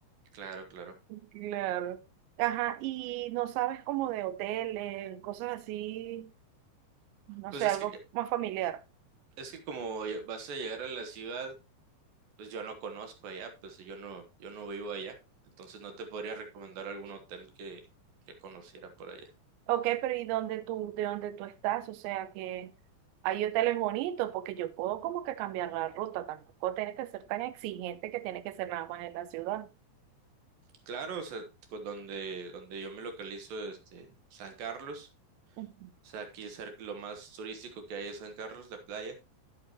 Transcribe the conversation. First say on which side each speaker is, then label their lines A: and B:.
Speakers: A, on the right; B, on the right.
A: Claro, claro.
B: Claro. Ajá, y no sabes como de hoteles, cosas así, no
A: Pues
B: sé,
A: es
B: algo
A: que,
B: más familiar.
A: es que como ya vas a llegar a la ciudad, pues yo no conozco allá, pues yo no, yo no vivo allá. Entonces no te podría recomendar algún hotel que, que conociera por allá.
B: Ok, pero ¿y dónde tú, de dónde tú estás? O sea, que hay hoteles bonitos, porque yo puedo como que cambiar la ruta, tampoco tienes que ser tan exigente que tiene que ser nada más en la ciudad.
A: Claro, o sea, con- donde, donde yo me localizo, este, San Carlos.
B: Ujú.
A: O sea, aquí cerca- lo más turístico que hay es San Carlos, la playa.